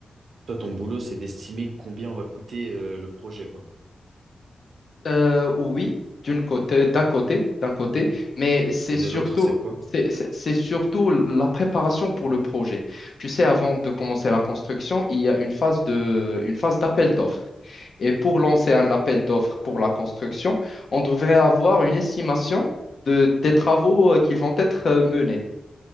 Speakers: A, on the right; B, on the left.
A: toi, ton boulot, c'est d'estimer combien va coûter euh, le projet, quoi.
B: Euh, oui, d'une côté, d'un côté, d'un côté, mais c'est
A: Et
B: surtout,
A: de l'autre, c'est quoi?
B: c'est c'est- c'est surtout la préparation pour le projet. Tu sais, avant de commencer la construction, il y a une phase de, une phase d'appel d'offres. Et pour lancer un appel d'offres pour la construction, on devrait avoir une estimation de, des travaux euh, qui vont être euh, menés.